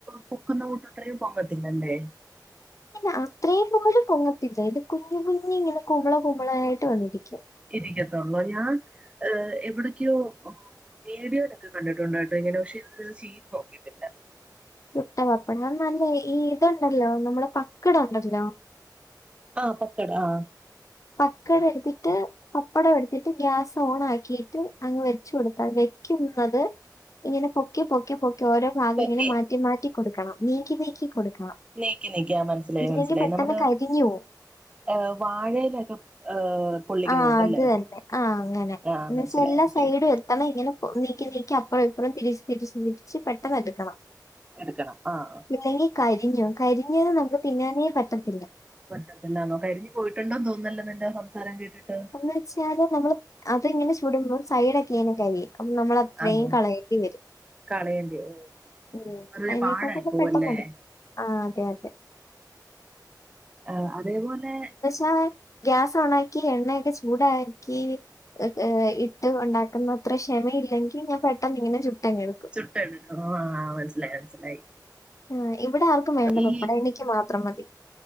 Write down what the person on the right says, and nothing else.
പൊക്കുന്ന കൂട്ടത്രയും പൊങ്ങത്തില്ലല്ലേ.
ഇരിക്ക്യത്തൊള്ളോ ഞാൻ ഏഹ് എവിടക്ക്യോ. വീഡിയോയിലൊക്കെ കണ്ടിട്ടുണ്ട് ഇങ്ങനെ പക്ഷെ ഇത് ചെയ്ത് നോക്കിയിട്ടില്ല
ആഹ് പക്കട ആഹ്
ഓക്കെ
നീക്കി നീക്കി ആ മനസ്സിലായി
മനസ്സിലായി
നമ്മള്
ഏഹ് വാഴയിലൊക്കെ ഏഹ് പൊള്ളിക്കുന്ന
കൂട്ടല്ലേ
ആഹ്
മനസ്സിലായി
മനസ്സിലായി
എടുക്കണം ആഹ്
പറ്റത്തില്ലന്നോ കരിഞ്ഞു പോയിട്ടുണ്ടോന്ന് തോന്നുന്നല്ലോ നിന്റെ സംസാരം കേട്ടിട്ട്
ആന്നോ
കളയേണ്ടി ഓ
വെറുതെ
പാഴായി പോവല്ലേ
ആഹ് അതേപോലെ
ചുട്ടെടുക്കും ആഹ് മനസ്സിലായി മനസ്സിലായി
ഈ